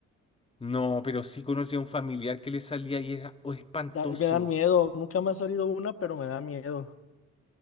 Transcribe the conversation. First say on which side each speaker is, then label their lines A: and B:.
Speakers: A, on the left (about 20°); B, on the left (about 50°).
A: No, pero sí conocí a un familiar que le salía y era oh, espantoso.
B: Da- Me dan miedo, nunca me ha salido una, pero me da miedo.